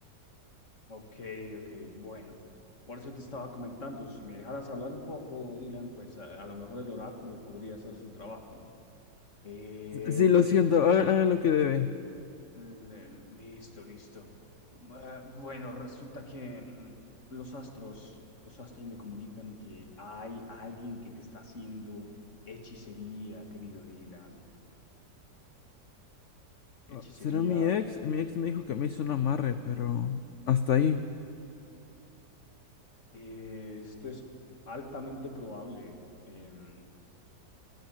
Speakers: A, on the left; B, on the left.
A: Ok, ok, bueno. Por eso te estaba comentando, si me dejaras hablar un poco, Dylan, pues a, a lo mejor el oráculo podría hacer su trabajo, ¿no? Eh,
B: Sí, lo
A: pe-
B: siento, haga, haga lo que debe.
A: le- listo, listo. Ah, Bueno, resulta que mm, los astros, los astros me comunican que hay alguien que te está haciendo hechicería, querido Dylan. Hechicería,
B: Ah, ¿Será mi ex? Mi ex me dijo que me hizo un amarre, pero hasta ahí.
A: eh, esto es altamente probable. em,